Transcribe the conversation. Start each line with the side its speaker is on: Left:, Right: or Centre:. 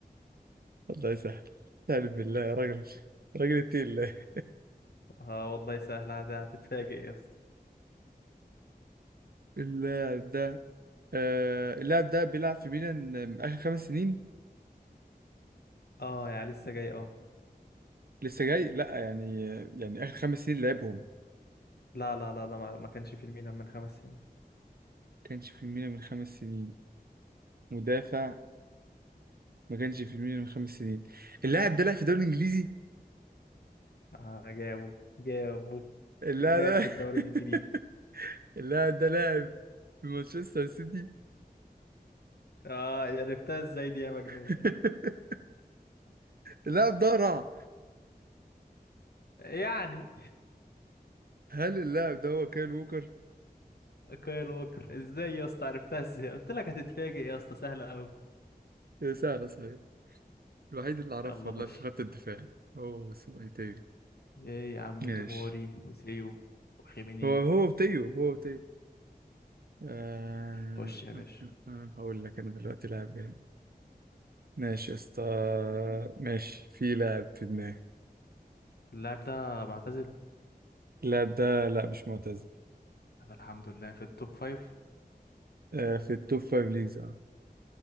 Right: الله يسهل تعالى بالله يا راجل راجل اتقي الله
Left: اه والله سهل هت- هتتفاجئ يا اسطى
Right: اللاعب ده آه... اللاعب ده بيلعب في ميلان آم، اخر خمس سنين
Left: اه يا لسه جاي اه
Right: لسه جاي لا يعني يعني اخر خمس سنين لعبهم
Left: لا لا لا لا ما ما كانش في الميلان من خمس سنين
Right: كانش في ميلان من خمس سنين مدافع ما كانش في ميلان من خمس سنين اللاعب ده لعب في الدوري الانجليزي
Left: اه جابه جابه
Right: اللاعب
Left: لعب
Right: ده
Left: في الدوري
Right: <laughs>
Left: الإنجليزي
Right: اللاعب ده لاعب في مانشستر سيتي
Left: اه عرفتها ازاي دي يا مجنون
Right: <laughs> اللاعب ده رع
Left: يعني
Right: هل اللاعب ده هو كايل ووكر
Left: كايل ووكر ازاي يا اسطى عرفتها ازاي قلت لك هتتفاجئ يا اسطى سهله قوي
Right: سهلة صحيح الوحيد اللي أعرفه
Left: يلا
Right: والله
Left: خش
Right: في خط الدفاع هو اسمه إيه تيو
Left: ايه يا عم
Right: ماشي
Left: توموري وسيو وخيمينيز
Right: هو هو تيو هو تيو آه...
Left: خش يا باشا
Right: آه، آه، هقول لك أنا دلوقتي لاعب جامد ماشي يا اسطى ماشي في لاعب في دماغي
Left: اللاعب ده معتزل
Right: اللاعب ده لا مش معتزل
Left: طب الحمد لله في التوب فايف
Right: آه في التوب فايف ليجز اه